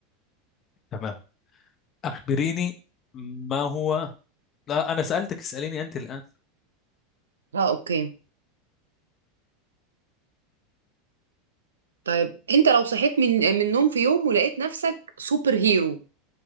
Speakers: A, on the left; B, on the right.
A: تمام. أخبريني ما هو لا أنا سألتك اسأليني أنت الآن
B: اه اوكي طيب انت لو صحيت من من النوم في يوم ولقيت نفسك سوبر هيرو